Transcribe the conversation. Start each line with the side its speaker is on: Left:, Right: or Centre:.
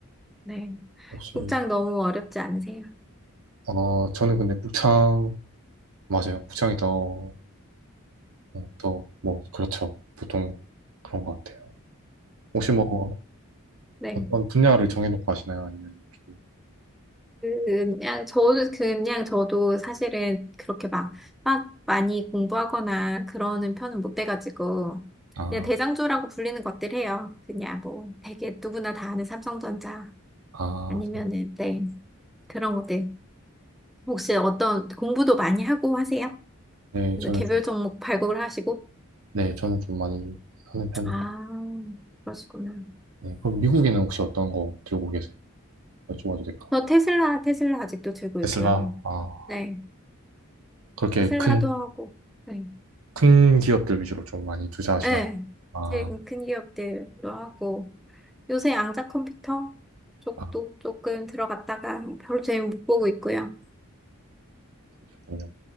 Centre: 네.
Right: 혹시,
Centre: 국장 너무 어렵지 않으세요?
Right: 어, 저는 근데 국장, 맞아요. 국장이 더, 어, 더, 뭐, 그렇죠. 보통 그런 것 같아요. 혹시 뭐,
Centre: 네.
Right: 어떤 분야를 정해놓고 하시나요? 아니면 좀,
Centre: 그냥 저도 그냥 저도 사실은 그렇게 막 막 많이 공부하거나 그러는 편은 못 돼가지고
Right: 아,
Centre: 그냥 대장주라고 불리는 것들 해요. 그냥 뭐 되게 누구나 다 아는 삼성전자
Right: 아,
Centre: 아니면은 네 그런 것들 혹시 어떤 공부도 많이 하고 하세요?
Right: 네,
Centre: 그래서
Right: 저는
Centre: 개별
Right: 좀,
Centre: 종목 발굴을 하시고
Right: 네, 저는 좀 많이 하는 편이에요.
Centre: 아 그러시구나.
Right: 네, 그럼 미국에는 혹시 어떤 거 들고 계세요? 여쭤봐도 될까?
Centre: 저 테슬라 테슬라 아직도 들고
Right: 테슬라,
Centre: 있고요.
Right: 아,
Centre: 네
Right: 그렇게
Centre: 테슬라도
Right: 큰,
Centre: 하고 네
Right: 큰 기업들 위주로 좀 많이 투자하시나?
Centre: 네.
Right: 보- 아,
Centre: 최근 큰 기업들도 하고. 요새 양자 컴퓨터 쪽도
Right: 아,
Centre: 조금 들어갔다가 별로 재미 못 보고 있고요.
Right: 그렇군요.